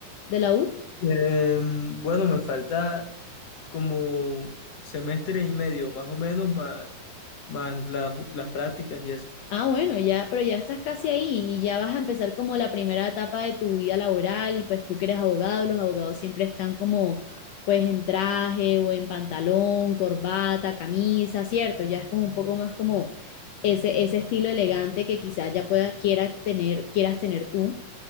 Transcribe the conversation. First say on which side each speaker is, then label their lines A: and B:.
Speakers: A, on the left; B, on the left.
A: de la U.
B: Eh, bueno, me falta como semestre y medio, más o menos, más, más las, las prácticas y eso.
A: Ah, bueno, ya, pero ya estás casi ahí y ya vas a empezar como la primera etapa de tu vida laboral y pues tú que eres abogado, los abogados siempre están como pues en traje o en pantalón, corbata, camisa, ¿cierto? Ya es como un poco más como ese, ese estilo elegante que quizás ya pueda, quiera tener, quieras tener tú.